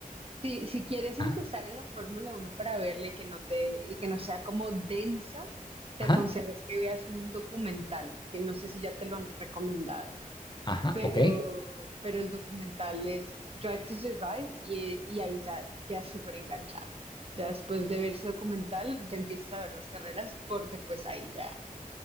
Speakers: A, on the right; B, on the left.
A: Si, si quieres empezar
B: ajá,
A: en la Fórmula uno para verla y que no te, y que no sea como densa, te
B: ajá,
A: aconsejo es que veas un documental, que no sé si ya te lo han recomendado,
B: ajá,
A: pero,
B: ok,
A: pero el documental es Drive to Survive y, y ahí ya quedas súper enganchado. Ya después de ver ese documental, ya empiezas a ver las carreras porque pues ahí ya